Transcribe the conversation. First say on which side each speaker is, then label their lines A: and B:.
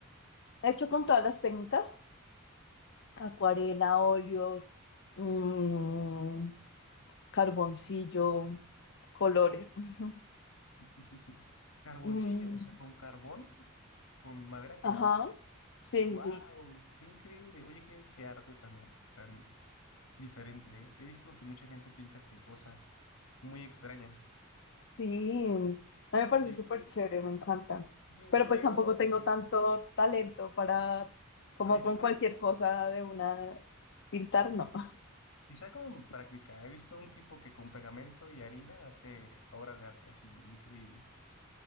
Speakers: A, on the left (about 55°); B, on the left (about 75°).
A: he hecho con todas las técnicas, acuarela, óleos, mm, carboncillo, colores. <laughs>
B: Sí, sí, sí. Carboncillo,
A: Mm,
B: o sea, con carbón, con madera quemada.
A: ajá. Sí,
B: ¡Wow!
A: sí, sí.
B: ¡Qué increíble! Oye, qué, qué arte tan, tan diferente, ¿eh? He visto que mucha gente pinta con cosas muy extrañas.
A: Sí, A mí me parece
B: Llegué
A: súper
B: a ver-
A: chévere, me encanta.
B: sí,
A: Pero
B: yo
A: pues
B: llegué
A: tampoco
B: a ver un
A: tengo
B: video.
A: tanto talento para, como
B: ¿Ay,
A: con
B: tú crees?
A: cualquier cosa de una, pintar, no.
B: Quizá con práctica. He visto un tipo que con pegamento y harina hace obras de arte así increíbles.